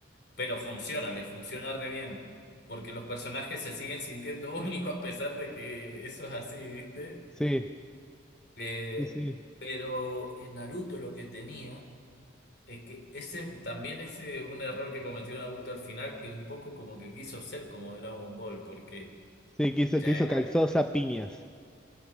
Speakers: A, on the left (about 55°); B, in the centre.
A: pero funciona, le funciona re bien, porque los personajes se siguen sintiendo <laughs> únicos a pesar de que eso es así, ¿viste?
B: sí,
A: Eh,
B: sí, sí.
A: pero en Naruto lo que tenía es que ese también ese un error que cometió Naruto al final, que un poco como que quiso ser como Dragon Ball, porque...
B: Sí, que hizo,
A: ya
B: que hizo calzosa piñas.